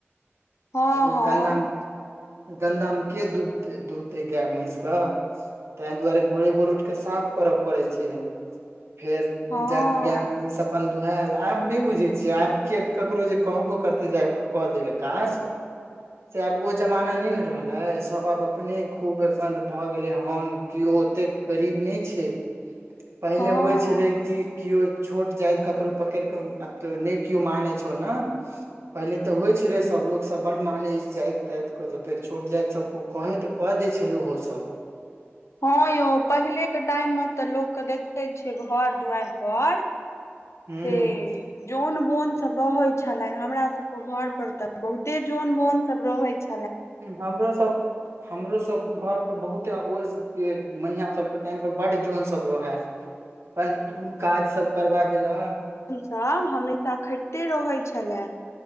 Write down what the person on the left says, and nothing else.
हँ
हँ
हँ
हँ
हँ, यौ, पहिले के टाइम मे तऽ लोक के देखे छियै घर दुआरि पर।
ठीक जन बोन सभ रहे छलनि हमरा सभके घर पर तऽ बहुते जन बोन सभ रहे छै।
त सभ हमेशा खटैत रहै छलै।